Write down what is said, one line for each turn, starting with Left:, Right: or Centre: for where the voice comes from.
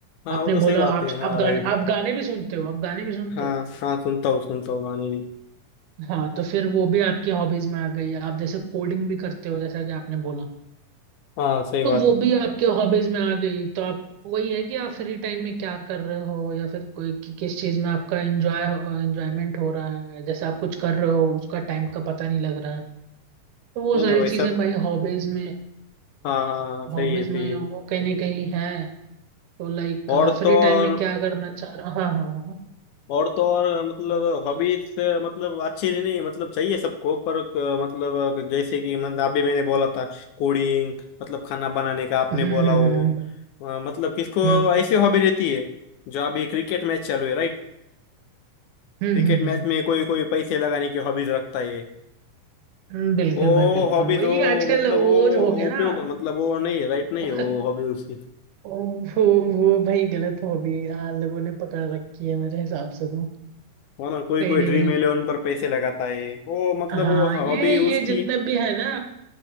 Left: हाँ
Right: आपने
Left: वो तो सही
Right: बोला
Left: बात
Right: आप
Left: है हाँ
Right: आप
Left: राइट
Right: गाने आप गाने भी सुनते हो आप गाने भी सुनते
Left: हाँ
Right: हो
Left: हाँ सुनता हूँ सुनता हूँ गाने भी
Right: हाँ तो फिर वो भी आपकी हॉबीज में आ गई आप जैसे कोडिंग भी करते हो जैसा कि आपने बोला
Left: हाँ सही
Right: तो
Left: बात
Right: वो
Left: है
Right: भी आपके हॉबीज में आ गई तो आप वही है कि आप फ्री टाइम में क्या कर रहे हो या फिर कोई कि, किस चीज में आपका एंजॉय एंजॉयमेंट हो रहा है जैसे आप कुछ कर रहे हो उसका टाइम का पता नहीं लग रहा है तो वो
Left: नहीं
Right: सारी
Left: नहीं वैसा
Right: चीजें भाई हॉबीज में
Left: हाँ हाँ हाँ, सही
Right: हॉबीज
Left: है सही
Right: में
Left: है
Right: वो कहीं ना कहीं है तो लाइक
Left: और
Right: फ्री
Left: तो और
Right: टाइम में क्या करना चाह रहा हाँ हाँ हाँ
Left: और तो और मतलब हॉबीज मतलब अच्छी नहीं मतलब चाहिए सबको पर क- मतलब जैसे कि मतलब अभी मैंने बोला था कोडिंग मतलब खाना बनाने का आपने
Right: हम्म
Left: बोला
Right: हम्म
Left: हो
Right: हम्म
Left: अ, मतलब किसको
Right: हम्म
Left: ऐसी हॉबी रहती है जो अभी क्रिकेट मैच चालू है राइट
Right: हम्म
Left: क्रिकेट
Right: हम्म,
Left: मैच
Right: हम्म,
Left: में कोई कोई पैसे लगाने की हॉबीज रखता है
Right: हम्म, बिल्कुल
Left: वो
Right: भाई बिल्कुल
Left: हॉबीज
Right: वही
Left: वो
Right: आजकल
Left: मतलब
Right: वो
Left: वो
Right: जो हो
Left: वो
Right: गया
Left: उपयोग
Right: ना
Left: मतलब वो नहीं है राइट नहीं
Right: <laughs>
Left: है वो हॉबी उसकी
Right: वो वो भाई गलत हॉबी लोगों ने पकड़ रखी है मेरे हिसाब से तो
Left: है ना कोई
Right: कहीं
Left: कोई
Right: ना
Left: ड्रीम
Right: कहीं
Left: इलेवन पर पैसे लगाता है वो मतलब
Right: हाँ
Left: वो हॉबी
Right: ये ये
Left: उसकी
Right: जितने भी है ना